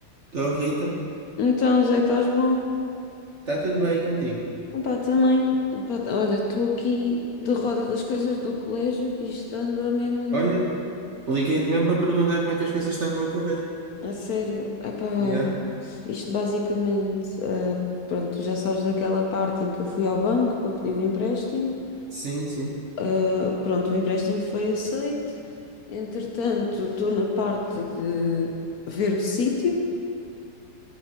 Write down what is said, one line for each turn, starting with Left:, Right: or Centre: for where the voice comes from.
Right: Estou, Rita.
Left: Então, Zé, estás bom?
Right: Está tudo bem aí contigo?
Left: Opa, também. Opa, tá- olha, estou aqui de roda das coisas do colégio que isto anda mesmo
Right: Olha,
Left: de...
Right: liguei-te mesmo para perguntar como é que as coisas estavam a ocorrer.
Left: A sério. Epá, olha,
Right: Yeah.
Left: isto basicamente, eh, pronto, tu já sabes daquela parte em que eu fui ao banco para pedir o empréstimo.
Right: Sim, sim.
Left: Eh, pronto, o empréstimo foi aceito. Entretanto, estou na parte de ver o sítio.